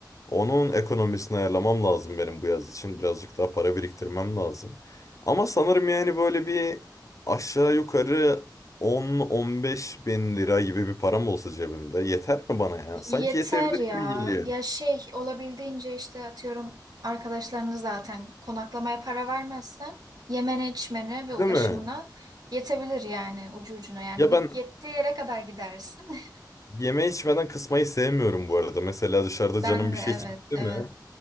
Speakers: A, on the left; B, on the right.
A: onun ekonomisini ayarlamam lazım benim bu yaz için. Birazcık daha para biriktirmem lazım. Ama sanırım yani böyle bir aşağı yukarı 10-15 bin lira gibi bir param olsa cebimde yeter mi bana ya? Sanki
B: Yeter
A: yetebilir
B: ya.
A: gibi geliyor.
B: Ya şey olabildiğince işte atıyorum arkadaşlarını zaten konaklamaya para vermezsen yemene içmene ve
A: Değil
B: ulaşımına
A: mi?
B: yetebilir yani ucu ucuna yani
A: Ya
B: bit
A: ben
B: yettiği yere kadar gidersin. <laughs>
A: yeme içmeden kısmayı sevmiyorum bu arada. Mesela dışarıda
B: Ben
A: canım bir
B: de
A: şey
B: evet
A: çekti
B: evet
A: mi?